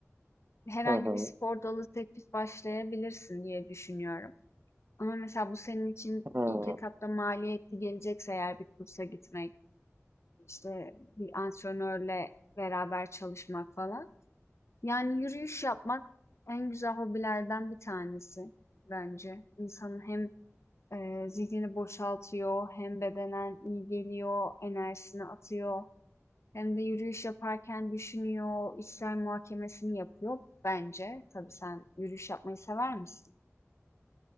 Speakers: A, on the left; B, on the right.
A: herhangi
B: Hı hı.
A: bir spor dalı seçip başlayabilirsin diye düşünüyorum. Ama mesela bu senin için
B: Hı.
A: ilk etapta maliyetli gelecekse eğer bir kursa gitmek, işte bir antrenörle beraber çalışmak falan. Yani yürüyüş yapmak en güzel hobilerden bir tanesi bence. İnsanın hem e, zihnini boşaltıyor, hem bedenen iyi geliyor, enerjisini atıyor. Hem de yürüyüş yaparken düşünüyor, içsel muhakemesini yapıyor bence. Tabii sen yürüyüş yapmayı sever misin?